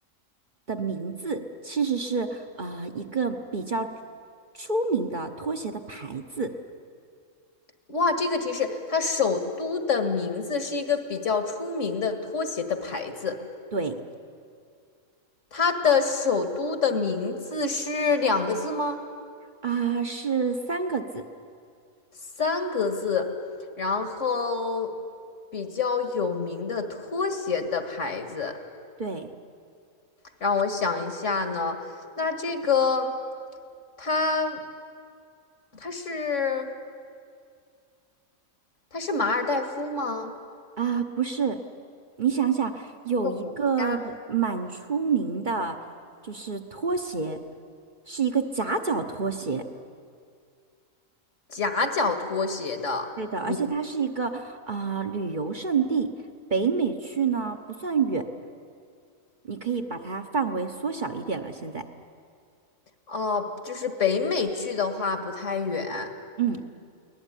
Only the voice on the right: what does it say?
的名字其实是呃一个比较出名的拖鞋的牌子。
对
啊，是三个字。
对。
啊，不是，你想想，有一个蛮出名的，
就是拖鞋，是一个夹脚拖鞋。
对的，而且它是一个啊、旅游胜地，北美去呢不算远，你可以把它范围缩小一点了。现在，
嗯，